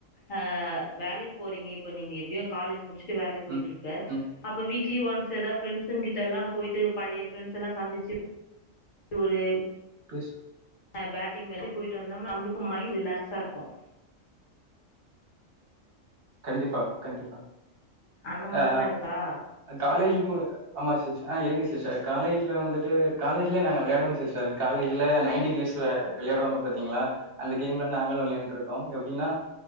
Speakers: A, on the left; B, on the right.
A: அ வேலைக்கு போறீங்க ப்போ நீங்க எப்படியு காலஜ் மு டிச்சிட்டு வேலைக்கு போயிட்டு
B: ம்
A: இருப்ப
B: ம்
A: அப்ப வீ க்லி ஒன்ஸ் ஏதா ஃப்ரண்டஸு கிட்ட எல்லா போயிட்டு பழைய ஃப்ரண்ட்ஸ் எல்லா சந்திச்சு ஒரு
B: பிஸ்
A: அ பேட்டிங் வேல போயிட்டு வந்தோம்னா நம்மளுக்கும் மைண்ட் ரிலாக்ஸா இருக்கும்
B: கண்டிப் பா கண்டிப்பா
A: அந்த மாதிரில்லா
B: ஆ
A: இருக்கா
B: காலேஜ் மு ஆமா சிஸ் ஆ இருக்கு சிஸ் காலேஜ்ல வந்துட்டு காலேஜ்ல நாங்க விளையாடுவோம் சிஸ்டர் காலேஜ்ல நைன்டி கீஸு விளையாடுவாங்க பாத்தீங்களா அந்த கேம்லா நாங்களும் விளையாண்ருக்கோ எப்டின்னா